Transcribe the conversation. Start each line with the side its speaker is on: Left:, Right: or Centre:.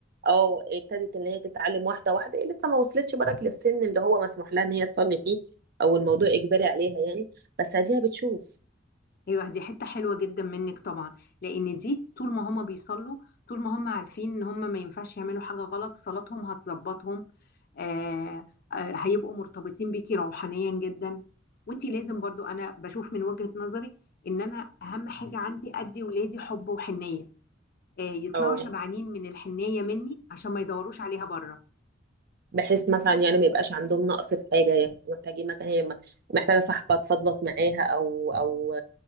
Right: اه ابتدت ان هي تتعلم واحده واحده هي لسه ما وصلتش برك للسن اللي هو مسموح لها ان هي تصلي فيه او الموضوع اجباري عليها يعني بس اديها بتشوف
Left: ايوه دي حته حلوه جدا منك طبعا لان دي طول ما هم بيصلوا طول ما هم عارفين ان هم ما ينفعش يعملوا حاجه غلط صلاتهم هتظبطهم آه آه هيبقوا مرتبطين بيكي روحانيا جدا وانتي لازم برضو انا بشوف من وجهه نظري ان انا اهم حاجه عندي ادي ولادي حب وحنيه آه يطلعوا
Right: او
Left: شبعانين من الحنيه مني عشان ما يدوروش عليها بره
Right: بحيث مثلا يعني ما يبقاش عندهم نقص في حاجه يعني محتاجين مثلا هي م- محتاجه صاحبه تفضفض معاها او او